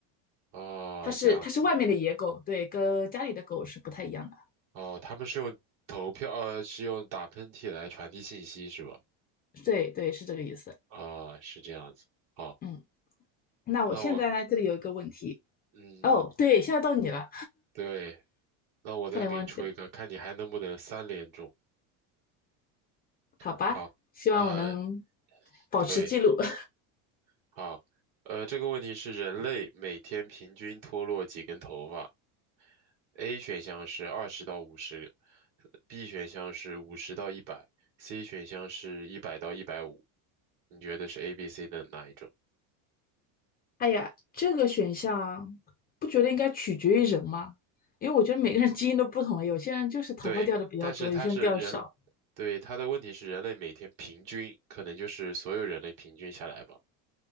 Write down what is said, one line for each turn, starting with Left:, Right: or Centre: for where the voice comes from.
Right: 哦，
Left: 它是它是外面的野狗，
Right: 这样子。
Left: 对，跟家里的狗是不太一样的。
Right: 哦，他们是用投票，呃，是用打喷嚏来传递信息是吧？
Left: 对对，是这个意思。
Right: 啊、是这样子。好。
Left: 嗯，那我现在呢，
Right: 那我，
Left: 这里有一个问题。
Right: 嗯，
Left: 哦，对，现在到你了，
Right: 对，那我再给你出一个，
Left: 差点忘记。
Right: 看你还能不能三连中。
Left: 好吧，
Right: 好，
Left: 希望我能
Right: 呃，
Left: 保持记录。
Right: 对，
Left: <laughs>
Right: 好，呃，这个问题是人类每天平均脱落几根头发？A 选项是二十到五十，B 选项是五十到一百，C 选项是一百到一百五。你觉得是 A、B、C 的哪一种？
Left: 哎呀，这个选项不觉得应该取决于人吗？因为我觉得每个人基因都不同，有些人就是头发掉的比较多，
Right: 对，但是它是人，
Left: 有些人掉的少。
Right: 对，它的问题是人类每天平均，可能就是所有人类平均下来吧。